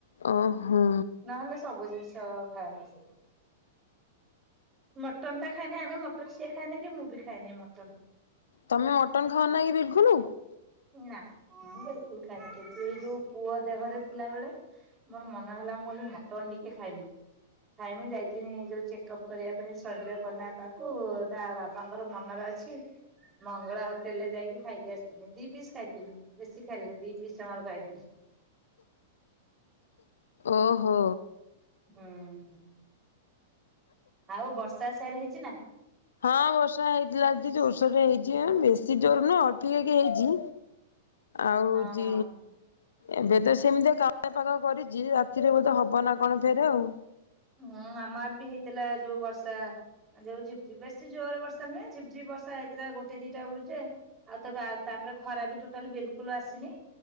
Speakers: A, on the left (about 70°); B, on the right (about 25°).
A: ଓହୋ।
B: ନହେଲେ ସବୁ ଜିନିଷ ଖାଏ ସିଏ। ମଟନ ଟା ଖାଏନି ଆମେ ମଟନ୍ ସେ ଖାଏନି କି ମୁଁ ବି ଖାଇନି ମଟନ।
A: ତମେ ମଟନ ଖାଅ ନାହିଁ କି ବିଲକୁଲ?
B: ନା ମୁଁ ବିଲକୁଲ ଖାଇନି କିନ୍ତୁ ଏଇ ଯୋଉ ପୁଅ ଦେହରେ ଥିଲାବେଳେ ମୋର ମନ ହେଲା ମୁଁ କହିଲିି ମଟନ୍ ଟିକିଏ ଖାଇମି। ନାଇମ ଯାଇଥିଲି ଏ ଯୋଉ ଚେକ ଅପ୍ କରିବା ପାଇଁ ସଞ୍ଜୟ ପଟନା ପାକୁ ତା ବାବା ବାପାଙ୍କର ମନରେ ଅଛି ମଙ୍ଗଳା ହୋଟେଲ ରେ ଯାଇକି ଖାଇକି ଆସିଥିନି ଦି ପିସ୍ ଖାଇଥିନି ବେଶି ଖାଇଲିନି ଦି ପିସ୍ ଜମାରୁ ଖାଇଲି।
A: ଓହୋ।
B: ହୁଁ। ଆଉ ବର୍ଷା ସେଆଡେ ହେଇଛି ନା?
A: ହଁ ବର୍ଷା ହେଇଥିଲା ଆଜି ଜୋରସୋରେ ହେଇଛି ବେଶୀ ଜୋର ନୁହଁ ଅଳପେକି ହେଇଛି। ଆଉ ହଉଛି
B: ହଁ।
A: ଏବେ ତ ସେମିତି କାଉଁଳିଆ ପାଗ କରିଛି ରାତିରେ ବୋଧେ ହବ ନା କଣ ଫେରେ ଆଉ।
B: ହୁଁ ଆମ ଆଡ଼େ ବି ହେଇଥିଲା ଯୋଉ ବର୍ଷା ଯଉ ଝିପି ଝିପି ବେଶି ଜୋରେ ବର୍ଷା ନୁହେଁ ଝିପଝିପ୍ ବର୍ଷା ହେଇଥିଲା ଗୋଟେ ଦିଟା ବେଳୁ ଯେ ଆଉ ତ ତାପରେ ଖରା ବି ହୋଟାଲ ବିଲକୁଲ ଆସିନି